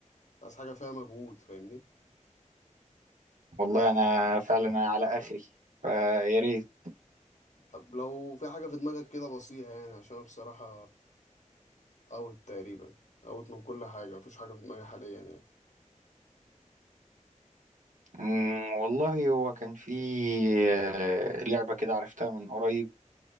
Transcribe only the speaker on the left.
مش عايز حاجة فيها مجهود فاهمني
طب لو في حاجة في دماغك كده بسيطة يعني عشان أنا بصراحة اوت تقريبا اوت من كل حاجة مفيش حاجة في دماغي حاليا يعني